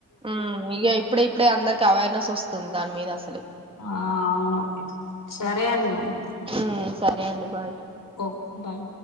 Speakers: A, on the right; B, on the left.
A: మ్మ్ ఇగ ఇప్పుడు ఇప్పుడే అందరికి అవేర్నెస్ వస్తుంది. దాని మీద అసలు
B: ఆ అవును సరే అండి మరి
A: ఉమ్ సరే అండి బాయ్
B: ఓకే బాయ్.